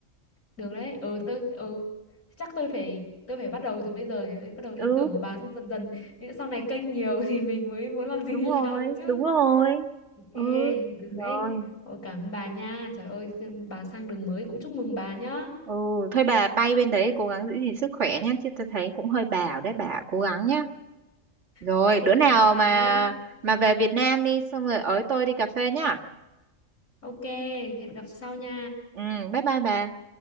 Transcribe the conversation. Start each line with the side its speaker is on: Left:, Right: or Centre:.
Left: được đấy ừ tôi ừ chắc tôi phải tôi phải bắt đầu từ bây giờ nhỉ bắt đầu ý
Right: ừ
Left: tưởng của bà xong dần dần Ví sau này kênh nhiều <laughs> thì mình mới muốn làm gì
Right: đúng
Left: thì làm
Right: rồi
Left: chứ
Right: đúng rồi
Left: ok
Right: ừ
Left: được
Right: rồi
Left: đấy ôi cảm ơn bà nha trời ơi bà sang đường mới cũng chúc mừng bà nhá
Right: Ừ, thôi bà bay bên đấy cố gắng giữ gìn sức khỏe nhé chứ tôi thấy cũng hơi bảo đấy bà cố gắng nhé rồi
Left: ok
Right: bữa nào
Left: cảm ơn bà
Right: mà
Left: nhá
Right: mà về Việt Nam đi xong rồi ới tôi đi cà phê nhá
Left: ok hẹn gặp sau nha
Right: ừ bye bye bà